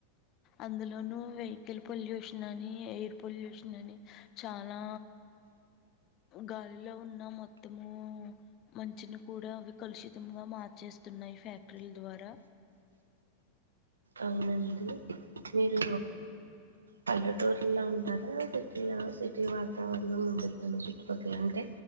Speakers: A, on the left; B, on the right.
A: అందులోనూ వెహికల్ పొల్యూషన్ అని ఎయిర్ పొల్యూషన్ అని చాలా గాలిలో ఉన్న మొత్తము మంచిని కూడా అవి కలుషితంగా మార్చేస్తున్నాయి ఫ్యాక్టరీల ద్వారా
B: అవునండి మీరు పల్లెటూరులో ఉంటారా సిటీలో సిటీ వాతావరణం వండుతాను చుట్టుపక్కల అంటే